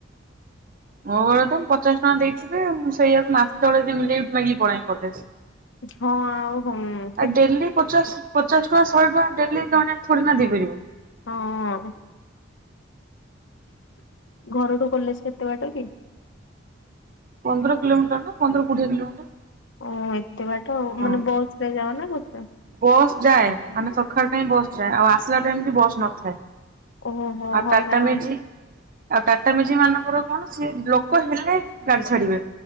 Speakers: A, on the right; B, on the left.
A: ମୋ ଘରେ ତ ପଚାଶ ଟଙ୍କା ଦେଇଥିବେ ମୁଁ ସେଇଆକୁ ମାସେ ଚଳେଇଦିଏ ମୁଁ ଲିଫ୍ଟ ମାଗିକି ପଳାଏ କଲେଜ୍‌।
B: ହଁ ଅଁ ଆଉ ତ ହୋଉନି?
A: ଆଉ ଡେଲି ପଚାଶ ପଚାଶ ଟଙ୍କା ଶହେ ଟଙ୍କା ଡେଲି ଥୋଡୀ ନା ଦେଇପାରିବ?
B: ହୋଉ ଆଉ। ଘରଠୁ କଲେଜ କେତେ ବାଟ କି?
A: ପନ୍ଦର କିଲୋମିଟର ନା ପନ୍ଦର କୋଡିଏ କିଲୋମିଟର।
B: ଓ ଏତେ ବାଟ ଆଉ
A: ହଁ।
B: ମାନେ ବସ ରେ ଯାଅ ନା କୋଉଥିରେ?
A: ବସ୍ ଯାଏ ମାନେ ସକାଳ ଟାଇମ ବସ୍ ଯାଏ ଆଉ ଆସିଲା ଟାଇମ କି ବସ୍ ନଥାଏ।
B: ଓହୋ
A: ଆଉ
B: ହଇରାଣ
A: ଟାଟା ମାଜିକ୍। ଆଉ ଟାଟା ମେଜିକ୍ ମାନଙ୍କର କଣ ସେ ଲୋକ ହେଲେ ଗାଡି ଛାଡିବେ।